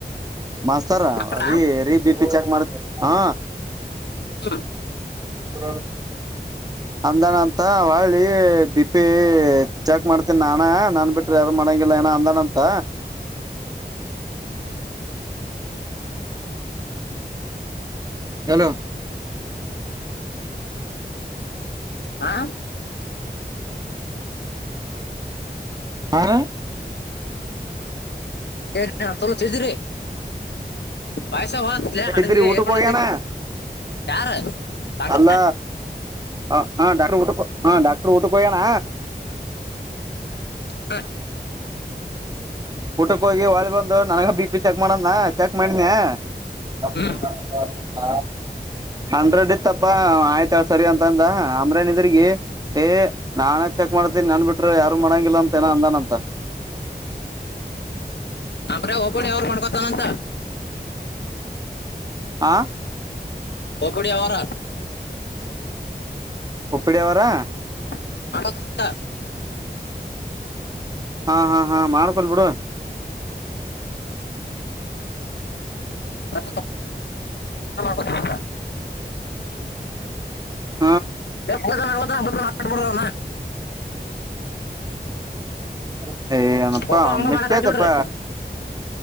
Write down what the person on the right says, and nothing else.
ಮಾಸ್ತರ್
ರೀೀ ಬಿಪಿ ಚೆಕ್ ಮಾಡ ಹ
ಶು ಅಂದನ ಅಂತ ಹಳಿ ಬಿಪಿ ಚಾಕ್ ಮಾಡ್ತ ನಾನಾ ನನ್ ಬಿಟ್ರಿ ಯಾರ ಮಣಂಗಿಲ್ಲ ಏನ ಅಂದನ ಅಂತ ಹಲೋ
ಹ ಹ
ಇದ್ರಿ ಊಟಕ್ಕೆ
ಹೋಗ್ಯಣ
ಅಲ್ಲ ಹ ಾಕ್್ರ ಊಟ ಹ ಾಕ್ ರ್ರೂಟಕ್ಕೆ ಹನ
ಊಟಕ್ಕೆ ಹೋಗಿ ವಾಳೆ ಬಂದ ನನ ಬಿ ಪಿ ಚೆಕ್ ಮಾಡದ್ನ ಚೆಕ್ ಮಾಡನ ಹ
ಹಂಡ್ರೆಡ್ ಇತ್ಪ್ಪಾ ಆಯ್ತ ಸರಿ ಅಂತ ಅಂದ ಅಮ್ರೇನಿದ್ರಗಿ ಏ ನಾನ ಚೆಕ್ ಮಾಡ್ತೀನಿ ನನ್ ಬಿಟರು ಯಾರು ಮಾಡಂಗಿಲ್ಲ ಅಂತ ಏನ ಅಂದನ ಅಂತ
ಆ
ಹಪ್ಪಡಿಯ ಅವರಾ
ಹಾ ಹಾ ಹಾ ಮಾಡ್ಕೊಲ್ಬಿಡು
ಹ ಹ್ಮ
ಹ್ಮ ಏಯ ಅನಪ್ಪ
ಮಿಕಾಾದಪ್ಪ